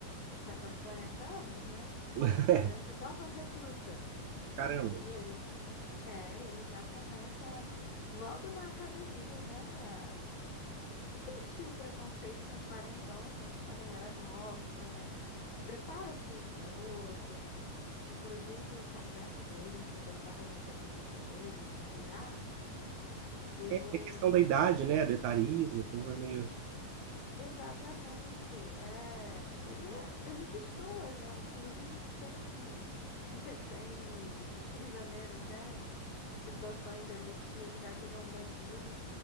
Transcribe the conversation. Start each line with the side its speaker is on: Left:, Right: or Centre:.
Left: Só que aos 40 anos, né?
Right: <laughs>
Left: Então ele se torna um recruta.
Right: caramba.
Left: E ele é, ele já começa logo na academia, né? sentir o preconceito de um quarentão junto com a galera nova, né? O preparo físico é outro. Inclusive, o sargento dele não gostava muito da presença dele, dizia: Ah, eu.
Right: É, tem questão da idade, né? Do etarismo, o povo é meio.
Left: Exatamente, é. Ele, é, ele destoa, né? Inclusive, tem. <laughs> Tem prisioneiros, né? Situações ali que ele vai pegar um bandido.